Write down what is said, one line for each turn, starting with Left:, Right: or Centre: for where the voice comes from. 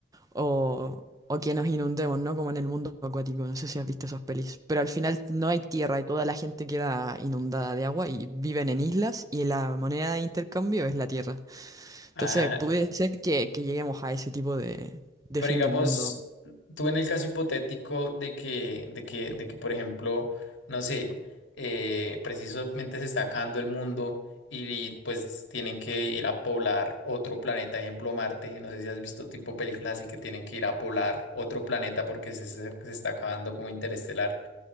Right: o, o que nos inundemos, ¿no? Como en el mundo acuático, no sé si has visto esas pelis, pero al final no hay tierra y toda la gente queda inundada de agua y viven en islas y la moneda de intercambio es la tierra. Entonces,
Left: <laughs>
Right: puede ser que, que lleguemos a ese tipo de, de
Left: Pero
Right: fin
Left: digamos,
Right: del mundo
Left: tú en el caso hipotético de que, de que, de que, por ejemplo, no sé, eh, precisamente se está acabando el mundo y, pues tienen que ir a poblar otro planeta, ejemplo Marte. No sé si has visto tipo películas así que tienen que ir a poblar otro planeta porque se, se se está acabando como interestelar.